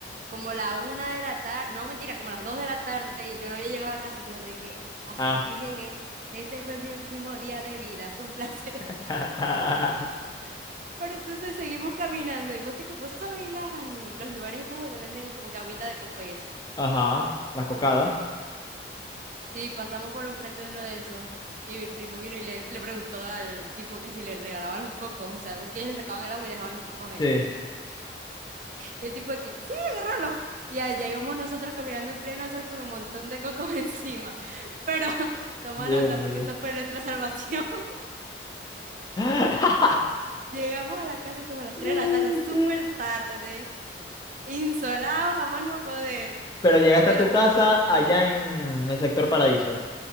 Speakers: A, on the right (about 45°); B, on the left (about 20°).
A: como la una de la tarde, no mentira, como las dos de la tarde y yo no había llegado a la casa y yo de que hasta
B: Ah.
A: aquí llegué, este fue mi último día de vida, fue un placer.
B: <laughs>
A: <laughs> Pero entonces seguimos caminando y vos, te, vos sabés las- los lugares estos donde venden como que agüita de coco y eso.
B: Ajá. La cocada.
A: Sí, pasamos por enfrente de uno de esos y mi primo vino y le, le preguntó al tipo que si le regalaba los cocos, o sea, vos que ellos le sacaban el agua y dejaban los cocos ahí.
B: Sí.
A: Y el tipo de que, sí, agárralo. Y allá íbamos nosotros caminando en pleno sol con un montón de cocos <laughs> encima. Pero <laughs> toma
B: Dios
A: nota
B: mío.
A: porque esa fue nuestra salvación. <laughs>
B: <laughs>
A: Llegamos a la casa como a las
B: No
A: tres de la
B: puede
A: tarde, súper
B: ser.
A: tarde, insolados, jamás no poder.
B: Pero llegaste
A: Pero
B: a tu casa allá en el sector Paraíso.